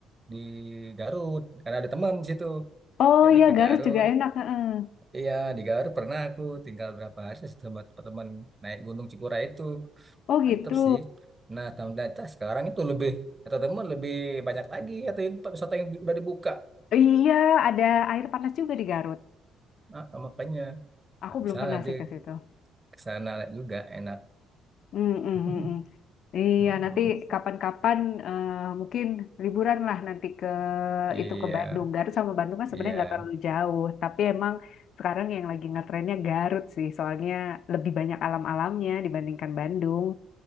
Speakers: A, on the right; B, on the left.
A: di Garut karena ada teman di situ.
B: Oh
A: Jadi
B: iya
A: ke
B: Garut
A: Garut,
B: juga enak. heeh.
A: iya di Garut pernah aku tinggal berapa hari sama teman-teman naik Gunung Cikura itu,
B: Oh
A: mantep
B: gitu.
A: sih. Nah, ternyata sekarang itu lebih kata teman lebih banyak lagi atau tempat wisata yang udah dibuka.
B: Iya ada air panas juga di Garut.
A: Nah, makanya
B: Aku
A: Nah,
B: belum
A: misalnya
B: pernah
A: nanti
B: sih ke situ.
A: ke sana juga enak.
B: Hmm, hmm,
A: <laughs>
B: hmm, hmm. Iya,
A: Mm-mm.
B: nanti kapan-kapan eh, mungkin liburan lah nanti ke
A: Iya,
B: itu ke Bandung. Garut sama Bandung kan sebenarnya
A: iya,
B: nggak terlalu jauh, tapi emang sekarang yang lagi ngetrennya Garut sih, soalnya lebih banyak alam-alamnya dibandingkan Bandung.